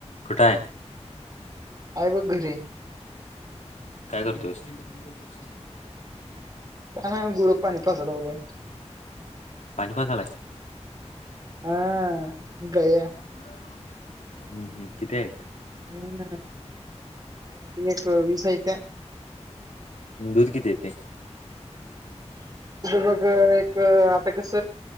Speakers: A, on the left; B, on the right.
A: कुट हाय?
B: आहे बघ घरी.
A: काय करतोयस?
B: का ना गुरं पाणी पाच लावलोय
A: पाणी पाजालायस.
B: हा गया.
A: हम्म-हम्म किती आहेत?
B: <unintelligible> एक विस हायता.
A: दूध किती येतय?
B: बघ एक आता कस